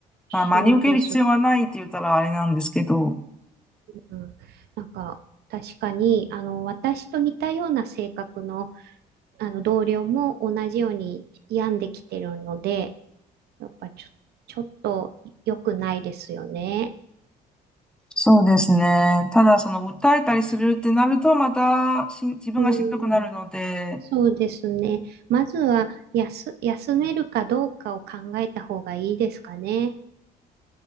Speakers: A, in the centre; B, on the right.
A: まあ、真に受ける必要はないって言ったらあれなんですけど。
B: そうですね。うん、なんか、確かに、あの、私と似たような性格の、あの、同僚も同じように病んできてるので、やっぱちょ、ちょっと良くないですよね。
A: そうですね。ただ、その、訴えたりするってなると、またしん、自分がしんどくなるので、
B: うん、そうですね。まずは、休、休めるかどうかを考えた方がいいですかね。